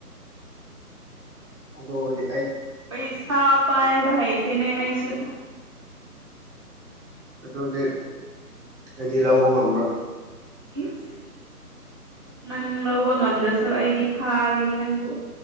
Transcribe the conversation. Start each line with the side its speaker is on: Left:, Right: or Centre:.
Centre: ꯑꯗꯨꯗꯤ
Right: ꯄꯩꯁꯥ ꯄꯥꯏꯕ ꯍꯩꯇꯦꯅꯦ ꯑꯩꯁꯨ
Centre: ꯑꯗꯨꯗꯤ ꯑꯩꯗꯤ ꯂꯧꯕ ꯉꯝꯃꯣꯏ
Right: ꯏꯁ ꯅꯪꯂꯧ ꯇꯧꯕ ꯉꯝꯗ꯭ꯔꯥꯁꯨ ꯑꯩꯗꯤ ꯐꯥꯒꯅꯤ ꯅꯪꯕꯨ